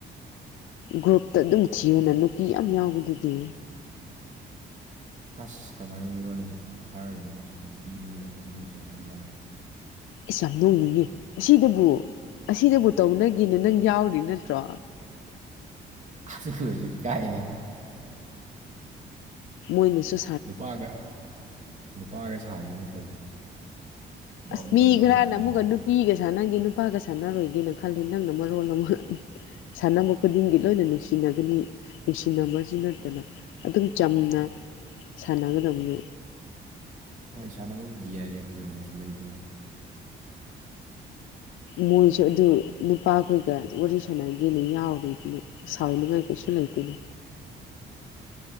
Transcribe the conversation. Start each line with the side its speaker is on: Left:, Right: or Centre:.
Left: ꯒ꯭ꯔꯨꯞꯇ ꯑꯗꯨꯝ ꯊꯤꯌꯨꯅ ꯅꯨꯄꯤ ꯌꯥꯝ ꯌꯥꯎꯕꯗꯨꯗꯤ
Right: ꯑꯁ ꯀꯃꯥꯏꯅ ꯃꯤꯉꯣꯟꯗ ꯍꯥꯏꯔꯗꯣꯏꯅꯣ ꯅꯨꯄꯤꯗꯨꯗ ꯑꯗꯨꯗꯧꯁꯦ ꯋꯥꯔꯤ ꯁꯥꯟꯅ
Left: ꯑꯁ ꯌꯥꯝ ꯅꯣꯡꯅꯤꯡꯉꯦ ꯑꯁꯤꯗꯕꯨ ꯑꯁꯤꯗꯕꯨ ꯇꯧꯅꯒꯤꯅ ꯅꯪ ꯌꯥꯎꯔꯤ ꯅꯠꯇ꯭ꯔꯣ
Right: <unintelligible> ꯏꯀꯥꯏꯅꯦ
Left: ꯃꯣꯏꯅꯁꯨꯨ
Right: ꯅꯨꯄꯥꯒ ꯅꯨꯄꯥꯒ ꯁꯥꯈꯤꯕꯅ ꯐꯩ ꯗꯣꯡ
Left: ꯑꯁ ꯃꯤ
Right: ꯗꯣꯡ ꯗꯣꯡ
Left: ꯈꯔꯅ
Right: ꯍꯥꯏꯅꯔꯒ
Left: ꯑꯃꯨꯛꯀ ꯅꯨ ꯅꯨꯄꯤꯒ ꯁꯥꯟꯅꯒꯦ ꯅꯨꯄꯥꯒ ꯁꯥꯟꯅꯔꯣꯏꯒꯦꯅ ꯈꯜꯂꯤ ꯅꯪꯅ ꯃꯔꯣꯜ ꯑꯃ ꯁꯥꯟꯅꯕ ꯈꯨꯗꯤꯡꯒꯤ ꯂꯣꯏꯅ ꯅꯨꯡꯁꯤꯅꯒꯅꯤ ꯅꯨꯡꯁꯤꯅꯕꯁꯨ ꯅꯠꯇꯅ ꯑꯗꯨꯝ ꯆꯝꯅ ꯁꯥꯟꯅꯒꯗꯕꯅꯤ
Right: ꯍꯣꯏ ꯁꯥꯟꯅꯕꯕꯨꯗꯤ ꯌꯥꯏ ꯑꯗꯨ ꯑꯣꯏꯔꯒꯁꯨ ꯂꯩꯗꯅ <unintelligible>
Left: ꯃꯣꯏꯁꯨ ꯑꯗꯨ ꯅꯨꯄꯥꯈꯣꯏꯒ ꯋꯥꯔꯤ ꯁꯥꯟꯅꯒꯦꯅ ꯌꯥꯎꯔꯤꯗꯨꯅꯦ ꯁꯥꯎꯅꯨ ꯉꯥꯏ ꯀꯁꯨ ꯂꯩꯇꯅ
Right: <unintelligible>